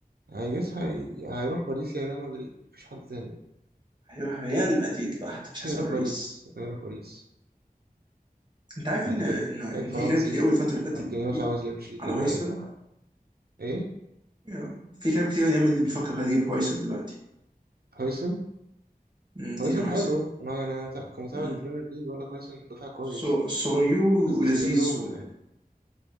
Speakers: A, on the right; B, on the right.
A: هيجس هي... هيروح باريس يا ريال مدريد مفيش حد تاني
B: هيروح ريال مدريد لوحده
A: ممكن
B: مش هسمع
A: يروح
B: باريس
A: باريس ممكن يروح باريس
B: انت عارف
A: عادي
B: ان
A: جدا
B: ان ان
A: لعيب فرنسي
B: في كلام كتير قوي الفتره اللي فاتت
A: ماركينيوس
B: دي
A: عاوز يمشي طبيعي
B: على هويسون
A: يروح عادي ايه
B: يا. في كلام كتير ان ريال مدريد بيفكر خلاص يجيب هويسون دلوقتي
A: هويسن
B: مم،
A: هويسن
B: دين هويسون
A: حلو انا يعني انا كمتابع
B: مم.
A: للبريمير ليج ولا هويسن دفع كويس
B: ص- صغير
A: بس
B: ولذيذ
A: ستيل رو
B: و...
A: يعني